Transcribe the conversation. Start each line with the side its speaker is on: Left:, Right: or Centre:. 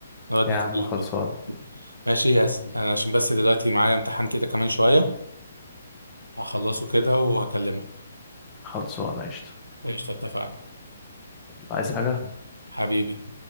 Right: نقعد
Left: يا
Right: نتكلم
Left: عم خلصان
Right: كده ماشي يا س... انا عشان بس دلوقتي معايا امتحان كده كمان شوية هخلصه كده وهكلمك
Left: خلصان قشطة
Right: قشطة اتفقنا
Left: عايز حاجة
Right: حبيبي